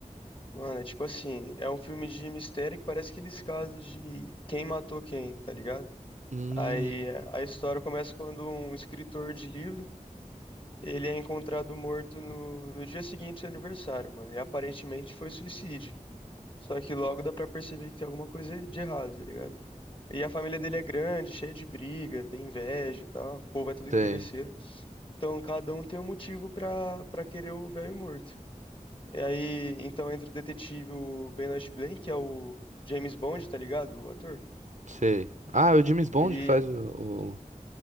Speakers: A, on the left; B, on the right.
A: Mano, é tipo assim, é um filme de mistério que parece aqueles casos de quem matou quem, tá ligado?
B: Hum,
A: Aí eh, a história começa quando um escritor de livro, ele é encontrado morto no, no dia seguinte do seu aniversário, mano. E aparentemente foi suicídio. Só que logo dá pra perceber que tem alguma coisa de errado, tá ligado? E a família dele é grande, cheia de briga, tem inveja e tal. O povo é tudo
B: sei,
A: interesseiro. Então cada um tem um motivo pra, pra querer o velho morto. E aí, então entra o detetive o Benoit Blanc, que é o James Bond, tá ligado? O ator.
B: sei. Ah, é o James Bond
A: Ele,
B: que faz o, o-